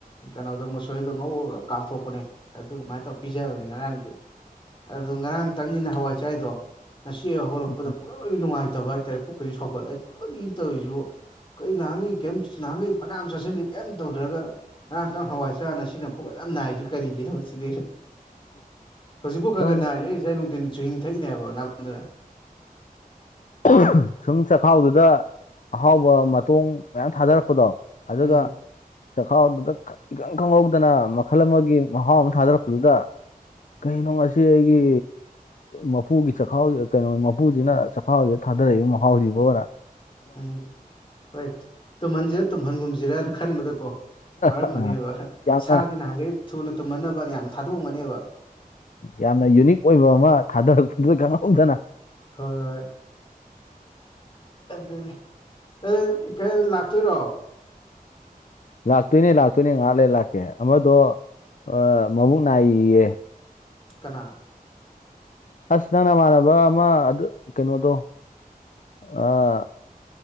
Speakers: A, on the left; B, on the left.
A: ꯀꯩꯅꯣꯗꯣ ꯃꯨꯁꯣꯔꯤꯗꯣ ꯉꯧꯔꯒ ꯀꯥꯝꯊꯣꯛꯄꯅꯦ ꯑꯗꯨꯃꯥꯏꯅ ꯇꯧ ꯄꯤꯖꯕꯅꯤ ꯉꯔꯥꯡꯗꯤ ꯑꯗꯨ ꯉꯔꯥꯡꯇꯪꯅꯤꯅ ꯍꯋꯥꯏ ꯆꯥꯏꯗꯣ ꯉꯁꯤ ꯑꯌꯨꯛ ꯍꯧꯒꯠꯂꯥꯛꯄꯗ
B: ꯎꯝ
A: ꯄꯨꯛ ꯑꯔꯣꯏꯕꯤ ꯅꯨꯡꯉꯥꯏꯇꯕ ꯍꯥꯏꯇꯥꯔꯦ ꯄꯨꯛꯀꯖꯦ ꯁꯥꯎꯒꯠꯂꯦ ꯀꯔꯤꯅꯣ ꯇꯧꯔꯤꯖꯤꯕꯨ ꯀꯩ ꯅꯍꯥꯟꯒꯩ ꯀꯦꯝ ꯅꯍꯥꯟꯒꯩ ꯐꯅꯤꯌꯥꯝ ꯆꯥꯁꯤꯜꯂꯤ ꯀꯩꯝ ꯇꯧꯗ꯭ꯔꯒ ꯉꯔꯥꯡꯇꯪ ꯍꯋꯥꯏ ꯆꯥꯔꯒ ꯅꯁꯤꯅ ꯄꯨꯛ ꯑꯗꯨꯛꯌꯥꯝ ꯅꯥꯏꯖꯤ ꯀꯔꯤꯒꯤꯅꯣ ꯁꯤꯅꯤ ꯍꯧꯖꯤꯛꯐꯧ ꯈ
B: ꯁꯨꯝ
A: ꯒ ꯅꯥꯔꯤ ꯑꯩ ꯉꯁꯥꯏ ꯅꯨꯡꯗꯤꯟ ꯆꯨꯍꯤꯡ ꯊꯥꯛꯏꯅꯦꯕ ꯅꯥꯃꯟꯗꯅ
B: <unintelligible> ꯁꯨꯝ ꯆꯈꯥꯎꯗꯨꯗ ꯑꯍꯥꯎꯕ ꯃꯇꯣꯡ ꯃꯌꯥꯝ ꯊꯥꯗꯔꯛꯄꯗꯣ ꯑꯗꯨꯒ
A: ꯎꯝ
B: ꯆꯈꯥꯎꯗꯨꯗ ꯈꯪ ꯏꯈꯪ ꯈꯪꯍꯧꯗꯅ ꯃꯈꯜ ꯑꯃꯒꯤ ꯃꯍꯥꯎ ꯑꯃ ꯊꯥꯗꯔꯛꯄꯗꯨꯗ ꯀꯩꯅꯣ ꯉꯁꯤ ꯑꯩꯒꯤ ꯃꯄꯨꯒꯤ ꯆꯈꯥꯎ ꯑ ꯀꯩꯅꯣ ꯃꯞ ꯄꯨꯖꯤꯅ ꯆꯈꯥꯎꯖꯤꯗ ꯊꯥꯗꯔꯛꯏꯕ ꯃꯍꯥꯎꯖꯤꯕꯣꯅ
A: ꯎꯝ ꯍꯣꯏ ꯇꯨꯝꯍꯟꯖꯤꯔ ꯇꯨꯝꯍꯟꯒꯨꯝꯖꯤꯔꯅ ꯈꯟꯕꯗꯀꯣ ꯋꯥꯔꯝꯃꯅꯤꯕ
B: ꯑꯥ
A: ꯍ
B: ꯌꯥꯝꯅ
A: ꯁꯥꯗꯤ ꯅꯍꯥꯟꯒꯩ ꯊꯨꯅ ꯇꯨꯝꯍꯟꯅꯕꯅ ꯌꯥꯝ ꯊꯥꯗꯣꯛꯑꯝꯒꯅꯤꯕ
B: ꯌꯥꯝꯅ ꯌꯨꯅꯤꯛ ꯑꯣꯏꯕ ꯑꯃ ꯊꯥꯗꯔꯛꯄꯗꯨꯗ ꯈꯪꯍꯧꯗꯅ
A: ꯍꯣꯏ ꯑꯗꯨꯅꯤ ꯑꯩ ꯀꯩ ꯂꯥꯛꯇꯨꯏꯔꯣ
B: ꯂꯥꯛꯇꯨꯏꯅꯦ ꯂꯥꯛꯇꯨꯢꯅꯦ ꯉꯍꯥꯛ ꯂꯩꯔ ꯂꯥꯛꯀꯦ ꯑꯃꯗꯣ ꯑ ꯃꯕꯨꯛ ꯅꯥꯏꯌꯦꯌꯦ
A: ꯀꯅꯥ
B: ꯑꯁ ꯅꯪ ꯅꯃꯥꯟꯅꯕ ꯑꯃ ꯑꯗꯨ ꯀꯩꯅꯣꯗꯣ ꯑꯥ